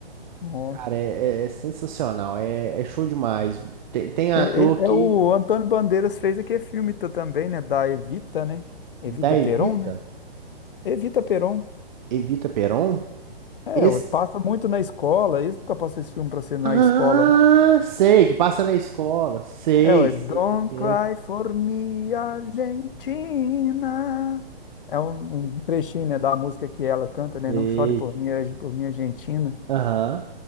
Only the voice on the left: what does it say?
Ó.
É, é-
é o Antônio Bandeiras fez aquele filme tá, também, né, da Evita, né? Evita
Peron, né? Evita Peron.
É,
ué, passa muito na escola. é Isso nunca passou esse filme pra você na
escola, não?
É, ué,
Don't
Cry
for Me, Argentina. É um, um trechinho, né, da música que ela canta, né?
Não chore por mim, Arge- por mim, Argentina.